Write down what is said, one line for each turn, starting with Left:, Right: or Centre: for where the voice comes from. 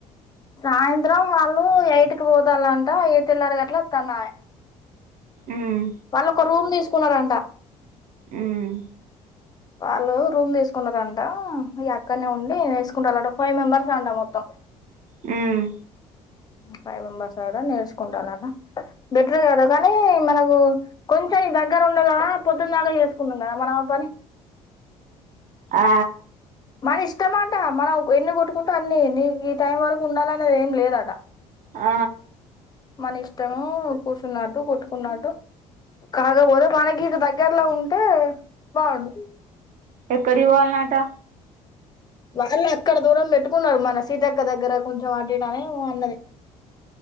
Left: సాయంత్రం వాళ్ళు ఎయిట్ పోతాలంట ఏ తెల్లారు గట్ల అత్తందామే
Right: ఉమ్
Left: వాళ్ళొక రూమ్ తీస్ కున్నరంటా
Right: ఉమ్
Left: వాళ్ళు రూమ్ తీసుకున్నారంటా ఇగ అక్కనే ఉండి వేసుకుంటాల్లంట ఫైవ్ మెంబెర్స్ అంట మొత్తం
Right: హ్మ్
Left: ఫైవ్ మెంబెర్స్ అ నిర్సుకుంటల్లాట బెటరే కదా కానీ మనకు కొంచెం ఈ దగ్గర ఉండు కదా పొద్దున్ దాకా చేసుకుందుం కదా మనం పని
Right: ఆ
Left: మన ఇష్టమాంట మనం ఎన్ని కొట్టుకుంటూ అన్ని నీకు ఈ టైం వరకు ఉండాల అనేది ఏం లేదట
Right: ఆ
Left: మన ఇష్టము కూర్చున్నట్టు కుట్టుకున్నట్టు కాకపోతే మనకిీ ఇటు దగ్గరల ఉంటే బాగుండు
Right: ఏక్కడి ఇవాళ్ళనటా
Left: వాళ్ళు అక్కడ దూరం పెట్టుకున్నారు మన సీతక్క దగ్గర కొంచెం అటు ఇటు అని ఏమో అన్నది